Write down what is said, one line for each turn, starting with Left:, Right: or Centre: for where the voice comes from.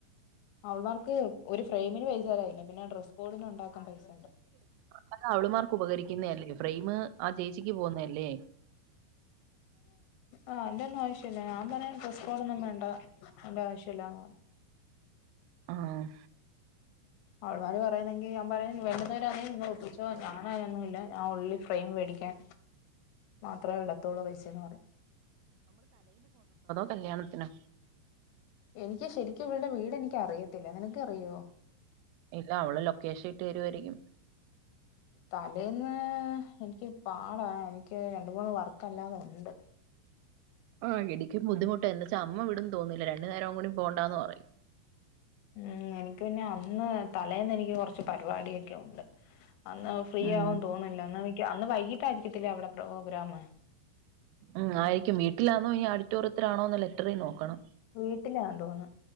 Left: അവൾമാർക്ക് ഒരു ഫ്രെയിമിന് പൈസ തരാൻ കയില്ല പിന്നെ ഡ്രസ് കോഡിന് ഉണ്ടാക്ക പൈസ
Right: അത് അവൾമാർക്ക് ഉപകരിക്കുന്നെ അല്ലെ ഫ്രെയിമ് ആഹ് ചേച്ചിക്ക് പോവ്ന്ന അല്ലെ
Left: ആഹ് അയിന്റൊന്നും ആവശ്യല്ല. ഞാൻ പറയ ഡ്രസ് കോഡൊന്നും വേണ്ട അയിന്റെ ആവശ്യല്ലാന്ന് പറഞ്ഞു
Right: ആഹ്
Left: അവൾമാര് പറയണെങ്കി ഞാൻ പറയും വേണ്ട നിങ്ങള് ഒപ്പിച്ചൊ ഞാന് അയിനൊന്നുല്ല ഞാൻ ഒൺളി ഫ്രെയിമ് വേടിക്കാൻ മാത്രേ വെടത്തുള്ളു പൈസേന്ന് പറയും
Right: കല്ല്യാണത്തിന
Left: എനിക്ക് ശരിക്ക് ഇവൾടെ വീട് എനിക്ക അറിയത്തില്ല നിനക്കറിയൊ
Right: ഇല്ല അവള് ലൊക്കേഷ ഇട്ട് തരുവായരിക്കും
Left: തലേന്ന് ൻക്ക് പാടാ. എൻക്ക് രണ്ട് മൂന്ന് വർക്ക അല്ലാതെ ഉണ്ട്
Right: ആഹ് എനിക്കും ബുദ്ധിമുട്ട എന്നെ ന്നച്ച അമ്മ വിടുന്ന് തോന്നില്ല. രണ്ട് നേരം കുടി പോണ്ടാന്ന് പറയും
Left: ഉം എനിക്ക് പിന്നെ അന്ന് തലേന്ന് എനിക്ക് കൊറച്ച് പരിപാടിയൊക്കെ ഉണ്ട് അന്ന് ഫ്രീയാവുംന്ന്
Right: ഉം
Left: തോന്നില്ല അന്ന് മിക്ക അന്ന് വൈകീട്ടായിരിക്കത്തില്ലെ അവടെ പ്രോഗ്രാമ്
Right: ഉം ആയിരിക്കും. വീട്ട്ലാണൊ ഇനി ആഡിറ്റോറിയത്തിലാണൊന്ന് ലെറ്ററി നോക്കണം
Left: വീട്ടിലാ തോന്ന്ന്ന്